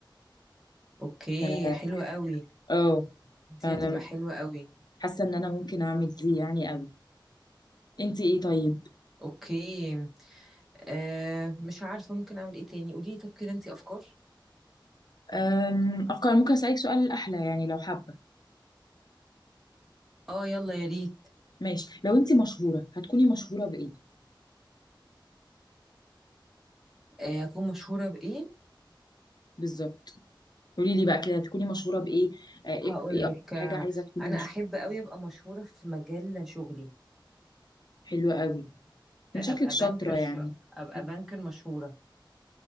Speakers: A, in the centre; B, on the left.
A: أوكي
B: ف...
A: حلوة قوي
B: اه
A: دي
B: فأنا
A: هتبقى حلوة قوي
B: حاسة إن أنا ممكن أعمل دي يعني أوي أنت إيه طيب؟
A: أوكي أه مش عارفة ممكن أعمل إيه تاني قولي لي طب كده أنتي أفكار
B: أم... أفكار ممكن أسألك سؤال أحلى يعني لو حابة
A: آه يلا يا ريت
B: ماشي لو أنت مشهورة هتكوني مشهورة بإيه
A: آه، أكون مشهورة بإيه
B: بالظبط؟ قولي لي بقى كده هتكوني مشهورة بإيه؟ آه، إيه
A: هقول
B: إيه أكتر
A: لك آه،
B: حاجة عايزة تكوني
A: أنا
B: مشهورة
A: أحب قوي أبقى مشهورة في مجال شغلي
B: حلوة أوي
A: فأبقى
B: من شكلك شاطرة
A: بانكر ش...
B: يعني
A: أبقى
B: مم.
A: بانكر مشهورة